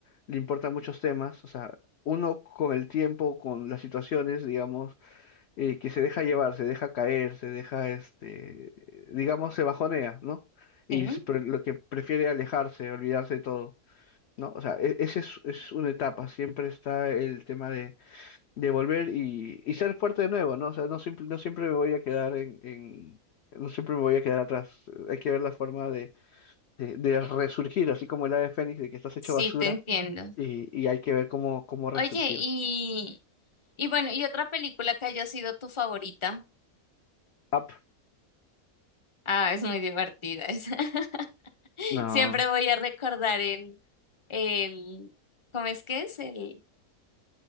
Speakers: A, on the left; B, on the left.
A: le importan muchos temas, o sea, uno con el tiempo, con las situaciones, digamos, eh, que se deja llevar, se deja caer, se deja, este, digamos, se bajonea, ¿no? Y
B: <laughs> Sí,
A: s- pre- lo que prefiere alejarse, olvidarse de todo, ¿no? O sea, e- esa es, es una etapa, siempre está el tema de, de volver y, y ser fuerte de nuevo, ¿no? O sea, no, simple- no siempre me voy a quedar en, en- no siempre me voy a quedar atrás, hay que ver la forma de, de, de resurgir, así como el ave fénix, de que estás hecho
B: sí,
A: basura
B: te entiendo.
A: y, y hay que ver cómo, cómo resurgir.
B: Oye, y, y bueno, ¿y otra película que haya sido tu favorita?
A: Up,
B: Ah, es muy divertida esa. <laughs>
A: no,
B: Siempre voy a recordar el, el, ¿cómo es que es? El,